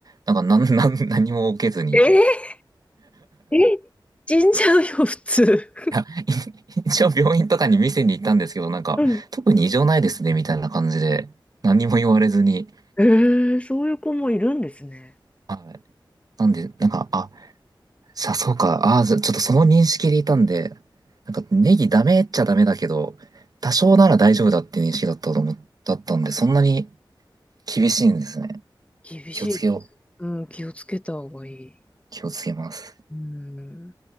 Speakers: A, on the right; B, on the left.
A: なんかなん <laughs> なん、何も受けずに。
B: え
A: <laughs>
B: ーえ、死んじゃうよ、普通。
A: いや、い一応病院とかに見せに行ったんですけど、なんか特に異常ないですねみたいな感じで、
B: うん。
A: 何も言われずに、
B: えー、そういう子もいるんですね。
A: はい。なんで、なんか、あ、さあ、そうか。ああ、じゃちょっとその認識でいたんで、なんかネギダメっちゃダメだけど、多少なら大丈夫だっていう認識だったと思、だったんで、そんなに厳しいんですね。
B: 厳しいです。
A: 気をつけよう。
B: うん、気をつけた方がいい。
A: 気をつけます。
B: うん。